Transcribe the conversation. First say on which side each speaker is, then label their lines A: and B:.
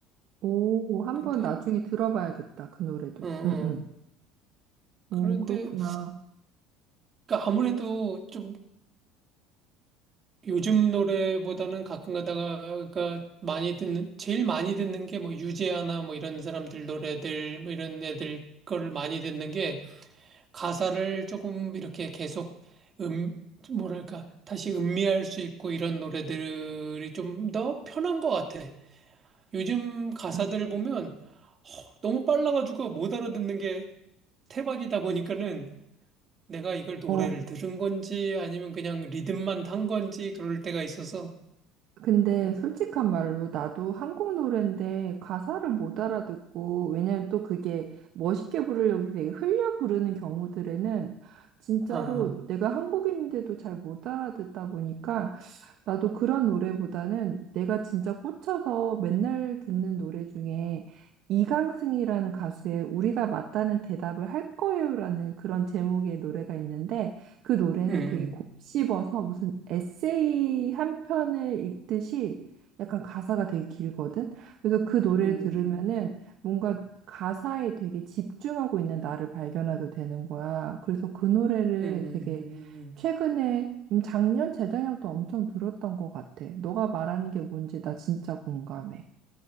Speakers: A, on the right; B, on the right.
A: 오, 한번
B: 근데
A: 나중에 들어봐야겠다. 그 노래도.
B: 어, 어.
A: 음, 음. 오,
B: 그런데
A: 그렇구나.
B: 그러니까 아무래도 좀 요즘 노래보다는 가끔 가다가 많이 듣는 제일 많이 듣는 게 뭐 유재하나 뭐 이런 사람들 노래들 뭐 이런 애들 걸 많이 듣는 게 가사를 조금 이렇게 계속 음 뭐랄까 다시 음미할 수 있고 이런 노래들이 좀 더 편한 것 같아. 요즘 가사들을
A: 음.
B: 보면 허, 너무 빨라가지고 못 알아듣는 게 태반이다 보니까는 내가 이걸 노래를
A: 어,
B: 들은 건지 아니면 그냥 리듬만 탄 건지 그럴 때가 있어서.
A: 근데
B: 음.
A: 솔직한 말로 나도 한국 노래인데 가사를 못 알아듣고 왜냐면 또 그게 멋있게 부르려고 되게 흘려 부르는 경우들에는 진짜로
B: 아,
A: 내가 한국인인데도 잘 못 알아듣다 보니까 나도 그런 노래보다는 내가 진짜 꽂혀서 맨날 듣는 노래 중에 이강승이라는 가수의 우리가 맞다는 대답을 할 거예요라는 그런 제목의 노래가 있는데 그 노래는
B: 음,
A: 되게 곱씹어서 무슨 에세이 한 편을 읽듯이 약간 가사가 되게 길거든. 그래서 그 노래를
B: 음,
A: 들으면은 뭔가 가사에 되게 집중하고 있는 나를 발견하게 되는 거야. 그래서 그 노래를
B: 음, 음, 음,
A: 되게
B: 음.
A: 최근에 음, 작년, 재작년부터 엄청 들었던 것 같아. 너가 말하는 게 뭔지 나 진짜 공감해.